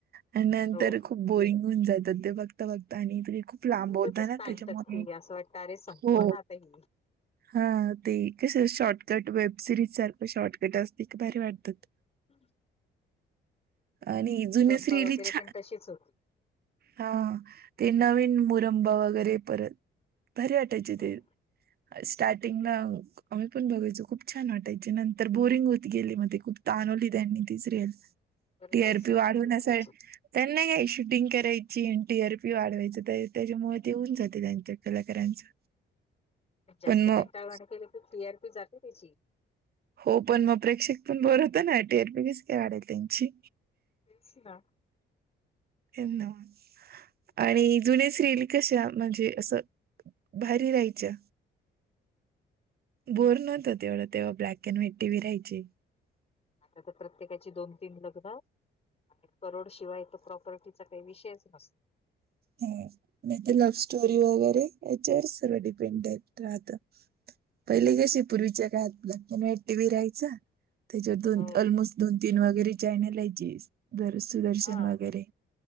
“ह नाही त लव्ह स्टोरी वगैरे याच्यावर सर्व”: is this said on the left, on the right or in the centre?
Right